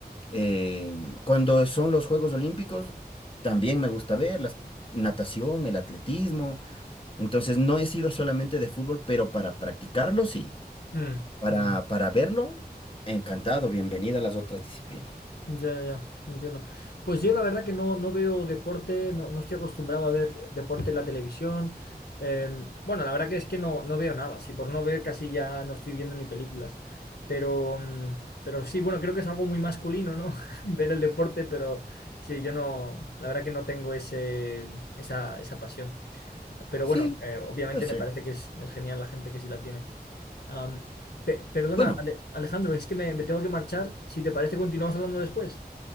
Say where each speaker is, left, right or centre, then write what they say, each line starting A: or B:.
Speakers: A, on the left; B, on the left.
A: em, cuando son los Juegos Olímpicos, también me gusta ver las natación, el atletismo. Entonces no he sido solamente de fútbol, pero para practicarlo sí.
B: mm,
A: Para,
B: mm.
A: para verlo, encantado, bienvenida a las otras disciplinas.
B: Ya, ya, ya, me entiendo. Pues yo la verdad que no, no veo deporte, no, no estoy acostumbrado a ver deporte en la televisión. Eh, bueno, la verdad que es que no, no veo nada. Si por no ver casi ya no estoy viendo ni películas. Pero, mm, pero sí, bueno, creo que es algo muy masculino, ¿no? <laughs> Ver el deporte, pero sí, yo no, la verdad que no tengo ese, esa, esa pasión. Pero
A: Sí,
B: bueno, eh, obviamente
A: pues
B: me
A: sí.
B: parece que es, es genial la gente que sí la tiene. Am, pe- perdona,
A: Bueno,
B: Ale- Alejandro, es que me me tengo que marchar. Si te parece, continuamos hablando después.